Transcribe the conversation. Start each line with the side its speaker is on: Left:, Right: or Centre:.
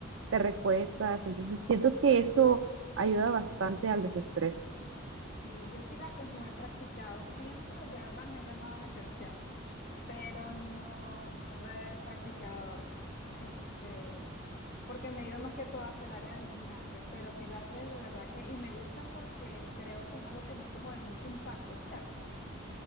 Right: te recuestas. Entonces siento que eso ayuda bastante al desestrés.
Left: Sí, yo pilates no he practicado siempre, de verdad me ha llamado la atención, pero no, no lo he practicado, este, porque me he ido más que todo hacia el área de gimnasio, pero pilates de verdad que, y me gusta porque creo que es algo que no es como de mucho impacto, ¿cierto?